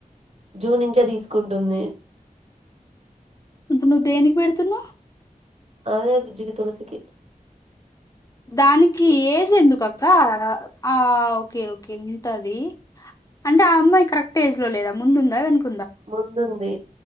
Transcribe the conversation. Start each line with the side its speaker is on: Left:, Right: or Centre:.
Right: జూన్ నుంచే తీసుకుంటుంది
Left: ఇప్పుడు నువ్వు దేనికి పెడుతున్నావు
Right: అదే బుజ్జికి తులసికి
Left: దానికి ఏజ్ ఎందుకక్క ఆ ఓకే ఓకే ఉంటాది అంటే ఆ అమ్మాయి కరెక్ట్ ఏజ్ లో లేదా ముందుందా వెనుక
Right: ముందుంది